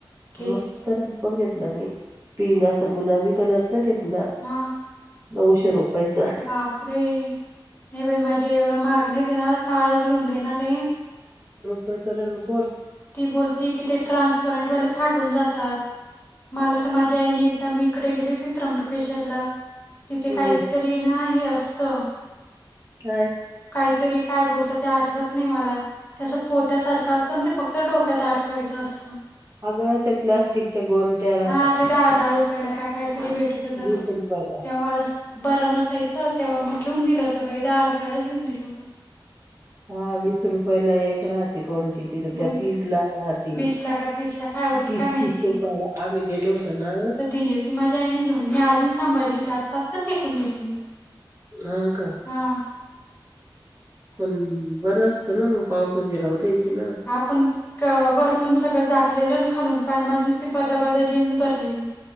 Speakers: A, on the left; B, on the right.
A: घेत
B: मस्त रेनकोट घेतला मी पिंक अस गुलाबी कलर चा घेतला
A: हा
B: नऊशे रुपयचा
A: बापरे! नाही बाई माझी आई एवढा महाग नाही देणार काळाच घेऊन देणारेय
B: होय तो रेनकोट
A: ती बोलती की ते ट्रान्सपरंटवाले फाटून जातात मला तर माझ्या आईने आता मी इकडे गेली होती त्र्यंबकेश्वरला तिथे
B: हम्म
A: काहीतरी ना हे असत.
B: काय
A: काहीतरी काय बोलता ते आत आठवत नाही मला ते असं पोत्यासारखं असतं अनं ते फक्त डोक्यात आटकवायचं असतं.
B: अगं त्या प्लास्टिकच्या गोंट्या राहतात
A: हा ते दहा दहा रुपयाला काय तरी भेटत होत तेव्हा
B: वीस रुपयाला
A: मला बरं नसायचं तेव्हा मग घेऊन दिलं आता बाई दहा रुपयालाच घेऊन दिलं होत
B: हा वीस रुपय ला एक राहते कों तिथ त्या
A: मग
B: तीस ला राहती
A: वीस
B: तीस
A: ला का ला काय होती काय माहिती
B: तीस रुपयला आम्ही गेलो होतो ना
A: तर दिली होती माझ्या आईने घेऊन मी अजून सांभाळली होती आत्ता आत्ता फेकून दिली मी
B: हा का
A: हा
B: पण बरं असत ना मग पावसाची राहू द्यायची ना
A: हा पण ट्र वरतून सगळ झाक लेलन खालून पॅन्ट माझी नुसती बदा बदा जीन्स भरलेली